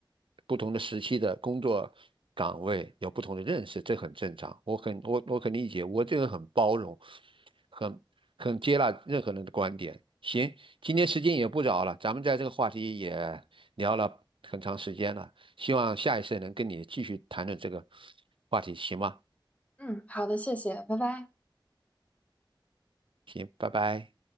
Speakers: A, on the right (about 80°); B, on the left (about 15°).
A: 不同的时期的工作岗位有不同的认识，这很正常。我很我我很理解，我这个人很包容，很很接纳任何人的观点。行，今天时间也不早了，咱们在这个话题也聊了很长时间了，希望下一次能跟你继续谈论这个话题，行吗？
B: 嗯，好的，谢谢，拜拜。
A: 行，拜拜。